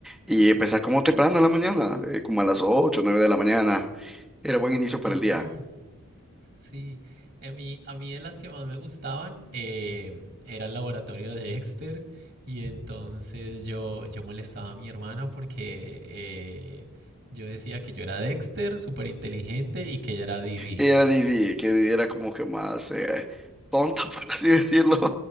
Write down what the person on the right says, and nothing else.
total.
Sí, a mí, a mí de las que más me gustaban eh, era el laboratorio de Dexter y entonces yo, yo molestaba a mi hermana porque eh, yo decía que yo era Dexter, súper inteligente y que ella era Didi.
<laughs>